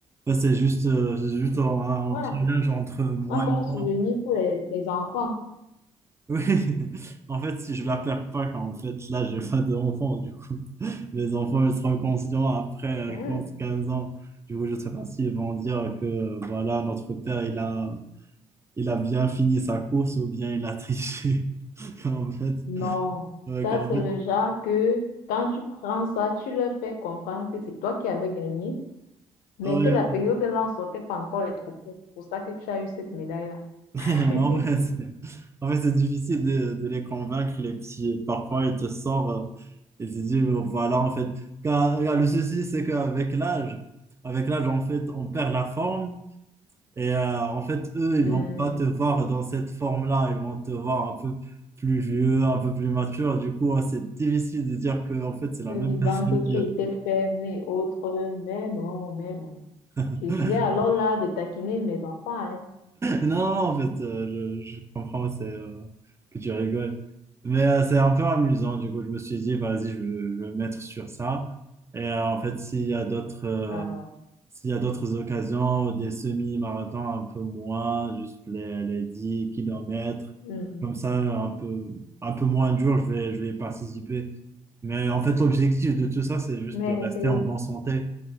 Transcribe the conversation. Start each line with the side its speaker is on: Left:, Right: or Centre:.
Right: Enfin, c'est juste, euh, c'est juste un un
Left: Ouais,
Right: challenge entre moi
Left: un bon
Right: et moi.
Left: souvenir pour les, les enfants.
Right: Oui, <laughs> en fait, si je la perds pas, quand en fait, là, j'ai pas d'enfants, du coup. mes enfants, ils seront conscients après, euh,
Left: Hmm.
Right: je pense, 15 ans. Du coup, je sais pas s'ils vont dire que, euh, voilà, notre père, il a, il a bien fini sa course ou bien il a triché. <laughs> En fait,
Left: Non,
Right: ouais,
Left: ça
Right: qu'en
Left: c'est
Right: fait,
Left: le genre que quand tu prends ça, tu leur fais comprendre que c'est toi qui avais gagné, mais
Right: ouais,
Left: que la période là, on sortait pas encore les trophées. C'est pour ça que tu as eu cette médaille-là.
Right: <laughs>
Left: <laughs>
Right: en fait, c'est en fait, c'est difficile de, de les convaincre, les petits. Parfois, ils te sortent, et ils te disent, oh, voilà, en fait. Car, car le souci, c'est qu'avec l'âge, avec l'âge, en fait, on perd la forme Et euh, en fait, eux, ils
Left: Hmm,
Right: vont pas te voir dans cette forme-là. Ils vont te voir un peu plus vieux, un peu plus mature. Du coup, hein, c'est difficile de dire que en fait, c'est la
Left: te
Right: même
Left: disant
Right: personne
Left: que tu
Right: qui
Left: étais faible et autres, mais non, mais non.
Right: a-
Left: J'ai alors là de taquiner mes enfants, hein.
Right: Non, non, en fait, euh, je, je comprends c'est, euh, que tu rigoles. Mais euh, c'est un peu amusant. Du coup, je me suis dit, vas-y, je, vais- je vais me mettre sur ça. Et euh, en fait, s'il y a d'autres euh,
Left: Ah, ah.
Right: s'il y a d'autres occasions, des semi-marathons un peu moins, juste les, les 10 km,
Left: mhm.
Right: comme ça, un peu, un peu moins dur, je vais, je vais participer. Mais en fait, l'objectif de tout ça, c'est juste
Left: Mais
Right: de rester
Left: c'est
Right: en bonne santé,